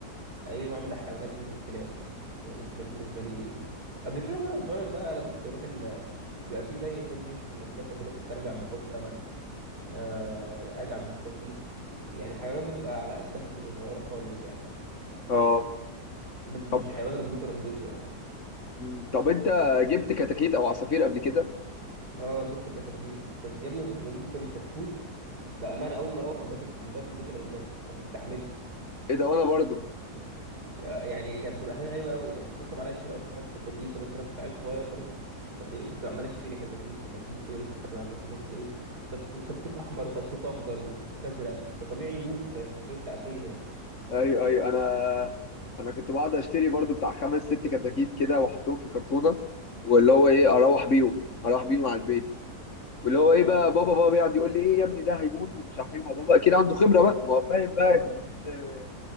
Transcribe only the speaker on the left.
اه
طب
مم، طب انت جبت كتاكيت او عصافير قبل كده
ايه ده وانا برضو
ايوه ايوه انا انا كنت بقعد اشتري برضو بتاع خمس ست كتاكيت كده واحطهم في كرتونه واللي هو ايه اروح بيهم اروح بيهم على البيت واللي هو ايه
بقى بابا بابا يقعد يقول لي ايه يا ابني ده هيموت ومش عارف ايه ما بابا اكيد عنده خبره بقى ما هو فاهم بقى
الكتاكيت آه،